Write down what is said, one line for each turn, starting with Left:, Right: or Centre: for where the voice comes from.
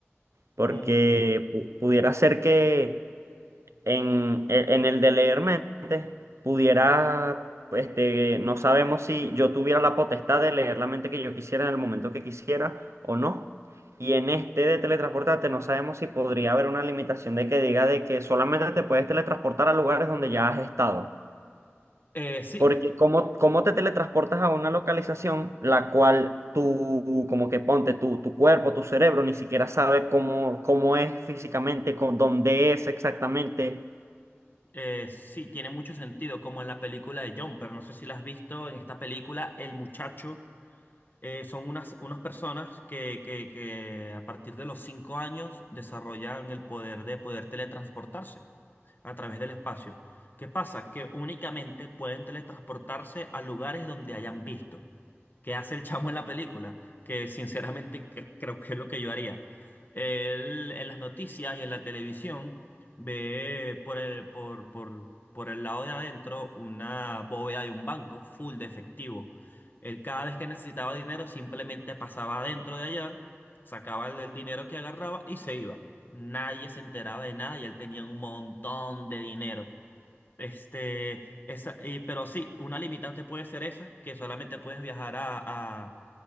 Right: Porque
Left: Mm,
Right: pu- pudiera ser que en, e- en el de leer mente pudiera, este, no sabemos si yo tuviera la potestad de leer la mente que yo quisiera en el momento que quisiera o no. Y en este de teletransportarte no sabemos si podría haber una limitación de que diga de que solamente te puedes teletransportar a lugares donde ya has estado.
Left: Eh, sí,
Right: Porque cómo, cómo te teletransportas a una localización la cual tú, como que ponte, tu, tu cuerpo, tu cerebro, ni siquiera sabe cómo, cómo es físicamente, con, dónde es exactamente.
Left: eh, sí, tiene mucho sentido, como en la película de Jumper. No sé si la has visto, en esta película, el muchacho eh, son unas, unas personas que, que, que a partir de los cinco años desarrollan el poder de poder teletransportarse. a través del espacio. ¿Qué pasa? Que únicamente pueden teletransportarse a lugares donde hayan visto. ¿Qué hace el chamo en la película? Que sinceramente cre- creo que es lo que yo haría. Él en las noticias y en la televisión ve por el, por, por, por el lado de adentro una bóveda de un banco full de efectivo. Él cada vez que necesitaba dinero simplemente pasaba adentro de allá sacaba el, el dinero que agarraba y se iba. Nadie se enteraba de nada y él tenía un montón de dinero. Este, esa, y- pero sí, una limitante puede ser esa, que solamente puedes viajar a,